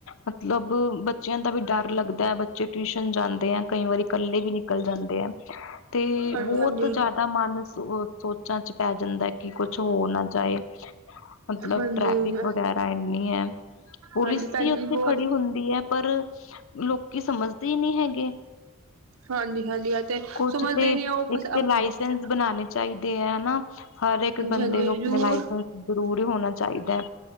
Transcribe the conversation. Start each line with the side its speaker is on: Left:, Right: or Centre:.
Left: ਮਤਲਬ ਬੱਚਿਆਂ ਦਾ ਵੀ ਡਰ ਲੱਗਦਾ, ਬੱਚੇ ਟਿਊਸ਼ਨ ਜਾਂ ਤੇ ਕਈ ਵਾਰੀ ਕੱਲੇ ਵੀ ਨਿਕਲ ਜਾਂਦੇ ਆ ਤੇ
Right: ਹਾਂਜੀ
Left: ਬੋਤ
Right: ਹਾਂਜੀ
Left: ਜਾ ਮਨ ਸੋਚਾਂ 'ਚ ਪੈ ਜਾਂਦਾ ਕਿ ਕੁਛ ਹੋ ਨਾ ਜਾਏ। ਮਤਲਬ
Right: ਹਾਂਜੀ
Left: ਟ੍ਰੈਫਿਕ ਵਗੈਰਾ ਇੰਨੀ ਐ, ਪੁਲਿਸ
Right: ਹਾਂਜੀ ਭੈਣ
Left: ਵੀ ਉੱਥੇ
Right: ਜੀ ਬਹੁਤ
Left: ਖੜੀ ਹੁ ਹੁੰਦੀ ਐ ਪਰ ਲੋ ਕੀ ਸਮਝਦੇ ਈ ਨੀ ਹੈਗੇ
Right: ਹਾਂਜੀ ਹਾਂਜੀ ਤੇ
Left: ਕੁਛ
Right: ਸਮਝਦੇ
Left: ਤੇ ਇੱਕ
Right: ਨੀ ਉਹ ਹਾਂਜੀ
Left: ਤੇ ਲਾਈ <unintelligible> ਬਣਾਨੇ ਚਾਈਦੇ ਆ ਹੈਨਾ, ਹਰ ਇੱਕ ਬੰਦੇ
Right: ਹਾਂਜੀ
Left: ਨੂੰ ਆਪਨੇ
Right: ਜ਼ਰੂਰ
Left: ਲਾਇਸੈਂਸ ਜ਼ਰੂਰੀ ਹੋਨਾ ਚਾਈਦਾ।